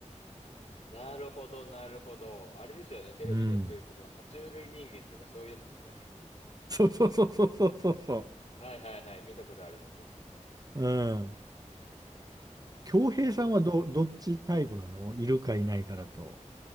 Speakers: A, on the left (about 60°); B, on the right (about 30°).
A: なるほど、なるほど。あれですよね。テレビでやってるって、
B: うん。
A: その、爬虫類人間とかそういうやつですよね。
B: そうそうそうそうそうそうそ
A: はいはいはい。見たことあります。
B: う。うん。恭平さんはど、
A: なるほどですね。
B: どっちタイプなのいるかいないかだと。
A: い